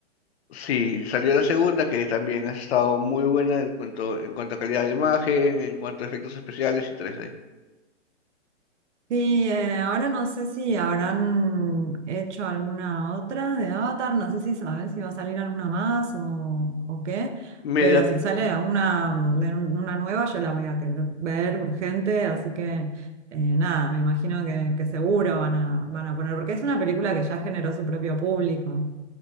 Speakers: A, on the left; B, on the right.
A: Sí, salió la segunda, que también ha estado muy buena en cuanto, en cuanto a calidad de imagen, en cuanto a efectos especiales y 3D.
B: Sí, eh, ahora no sé si habrán hecho alguna otra de Avatar, no sé si sabes si va a salir alguna más o, o qué,
A: Me
B: pero
A: da-
B: si sale una, mm, de un- una nueva yo la voy a querer ver urgente, así que eh, nada, me imagino que, que seguro van a, van a poner, porque es una película que ya generó su propio público.